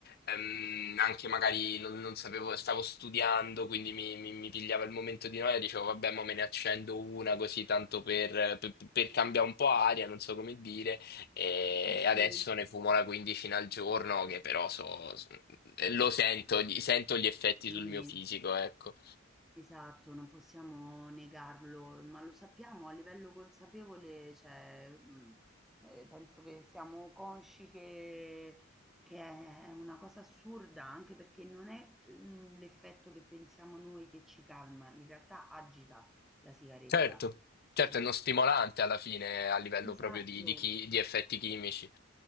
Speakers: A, on the left; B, in the centre.
A: ehm, anche magari non, non sapevo, stavo studiando, quindi mi, mi- mi pigliava il momento di noia, dicevo vabbè, ma me ne accendo una così tanto per, per- per cambiare un po' aria, non so come dire. E
B: Sì, sì.
A: adesso ne fumo una quindicina al giorno, che però so, lo sento, gli- sento gli effetti
B: Sì.
A: sul mio fisico, ecco.
B: Esatto, non possiamo negarlo, ma lo sappiamo a livello consapevole, cioè, mhmm, ehm, penso che siamo consci che che è una cosa assurda, anche perché non è, mhmm, l'effetto che pensiamo noi che ci calma, in realtà agita la sigaretta.
A: Certo, certo,
B: Eh,
A: è uno stimolante alla fine a livello
B: Esatto.
A: proprio di, di chi- di effetti chimici.